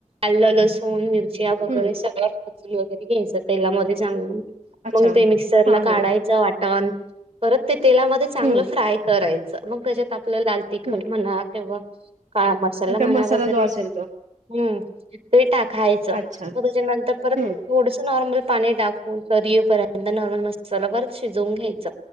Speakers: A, on the right; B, on the right.
A: आल्ल लसून मिरच्या वगैरे
B: हम्म
A: सगळं. वगैरे घ्यायचं तेलामध्ये चांगलं,
B: अच्छा
A: मग ते मिशकर
B: हा
A: ला काढायचं
B: हा
A: वाटन. परत ते तेलामध्ये चांगलं
B: हम्म
A: फ्राय करायचं. मग त्याच्यात आपलं लाल तिखट
B: हम्म
A: म्हणा किंवा काळा मसाला
B: का
A: म्हणा वगैरे
B: जो असेल तो
A: हम्म ते टाखायचं.
B: अच्छा
A: मग त्याच्यानंतर परत
B: हम्म
A: थोडंसं नॉर्मल पाणी टाक तरी ये परत एकदा नॉर्मल मसाला परत शिजवून घ्यायचं.